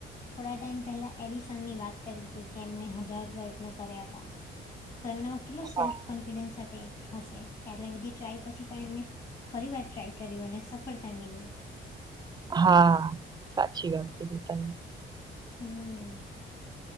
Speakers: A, on the left (about 40°); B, on the right (about 20°).
A: થોડા ટાઈમ પહેલા એડિસનની વાત કરી હતી કે એમને હજાર પ્રયત્નો કર્યા હતા તો એમનામાં કેટલુ સેલ્ફ
B: હા
A: કોન્ફિડન્સ સાથે હશે કે આટલા બધી ટ્રાય પછી પણ એમને ફરી વાર ટ્રાય કર્યું અને સફળતા મેળવી
B: હા સાચી વાત કીધી તમે
A: હમ